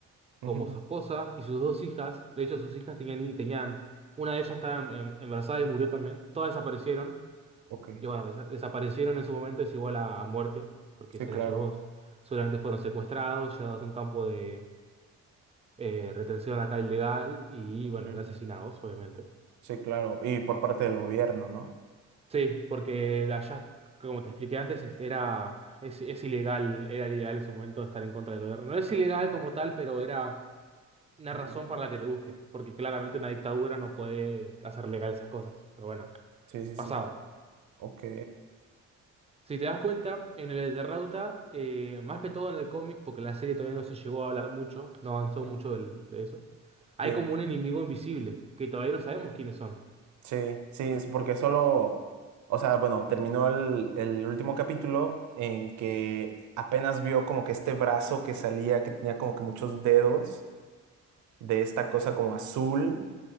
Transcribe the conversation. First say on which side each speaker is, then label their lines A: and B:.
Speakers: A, on the right; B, on the right.
A: ujú,
B: como su esposa y sus dos hijas, de hecho sus hijas tenían, ni- tenían una de ellas estaba em- em- embarazada y murió también, todas desaparecieron,
A: Ok.
B: y bueno, desa- desaparecieron en su momento, es igual a, a muerte, porque
A: Sí,
B: se
A: claro.
B: las llevó, seguramente fueron secuestrados, llevados a un campo de eh, retención acá ilegal y
A: ujú,
B: bueno, asesinados, obviamente.
A: Sí, claro. Y por parte del gobierno, ¿no?
B: Sí, porque la Just, como te expliqué antes, es- era, es, es ilegal, era ilegal en su momento estar en contra del gobierno. No es ilegal como tal, pero era una
A: Ujú,
B: razón para la que te busque, porque claramente
A: Sí,
B: una dictadura no puede hacer legal esas cosas. Pero bueno,
A: sí, sí.
B: pasaba.
A: sí, Ok.
B: Si te das cuenta, en el Eternauta, eh, más que todo en el cómic, porque la serie todavía no se llegó a hablar mucho, no avanzó
A: Mm.
B: mucho del- de eso, hay
A: Sí,
B: como un enemigo invisible, que todavía no sabemos quiénes son.
A: Sí, sí, es porque solo, o sea, bueno, terminó el, el último capítulo en que apenas vio como que este brazo que salía, que tenía como que muchos dedos de esta cosa como azul,